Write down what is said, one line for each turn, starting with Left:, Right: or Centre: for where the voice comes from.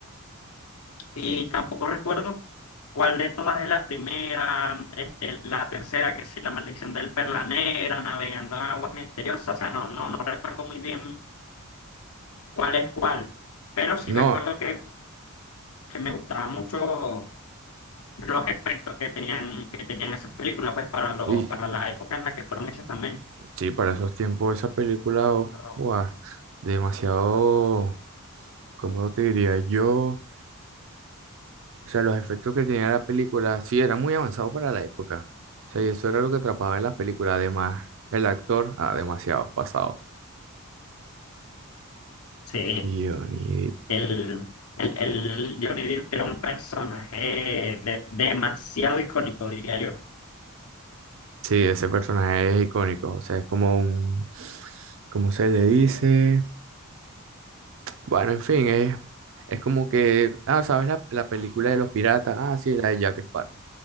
Left: y tampoco recuerdo cuál de todas es la primera, este, la tercera, que sí, la maldición del Perla Negra, navegando en aguas misteriosas, o sea, no, no, no recuerdo muy bien cuál es cuál, pero sí
Right: No,
Left: recuerdo que, que me gustaban mucho los efectos que tenían, que tenían esas películas, pues, para lo,
Right: Y
Left: para la época en la que fueron hechas también.
Right: sí, para esos tiempos esa película, oh,
Left: Pero,
Right: guau, demasiado, ¿cómo te diría yo? O sea, los efectos que tenía la película, sí, eran muy avanzados para la época. O sea, y eso era lo que atrapaba en las películas. Además, el actor, ah, demasiado pasado.
Left: Sí,
Right: Y, yo, y-
Left: el, el, el Johnny Depp era un personaje de- demasiado icónico, diría yo.
Right: sí, ese personaje es icónico. O sea, es como un, ¿cómo se le dice? Bueno, en fin, es, es como que, ah, ¿sabes la, la película de los piratas? Ah, sí, la de Jack Sparrow.